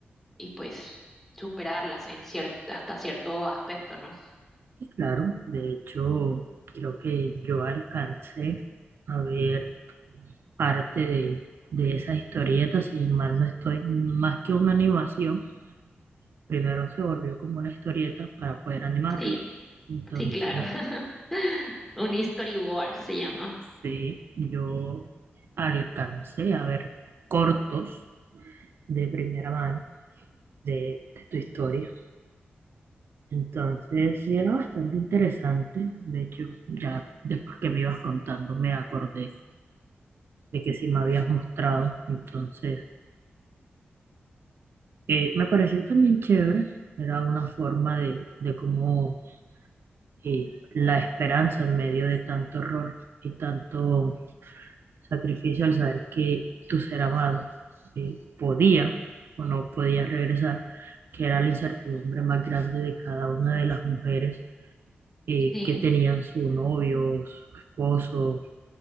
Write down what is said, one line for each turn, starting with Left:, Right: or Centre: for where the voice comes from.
Centre: y pues superarlas en cier- hasta cierto aspecto, ¿no?
Right: Claro, de hecho, creo que yo alcancé a ver parte de, de esas historietas, si mal no estoy, más que una animación, primero se volvió como una historieta para poder animarla.
Centre: Sí,
Right: Entonces,
Centre: sí, claro. <laughs> Un storyboard se llama.
Right: sí, yo alcancé a ver cortos de primera mano de, de tu historia. Entonces, sí, era bastante interesante. De hecho, ya después que me ibas contando, me acordé de que sí me habías mostrado. Entonces, eh, me parecía también chévere. Era una forma de, de cómo eh, la esperanza en medio de tanto horror y tanto sacrificio al saber que tu ser amado eh, podía o no podía regresar, que era la incertidumbre más grande de cada una de las mujeres eh,
Centre: Sí,
Right: que tenían su novio, o su esposo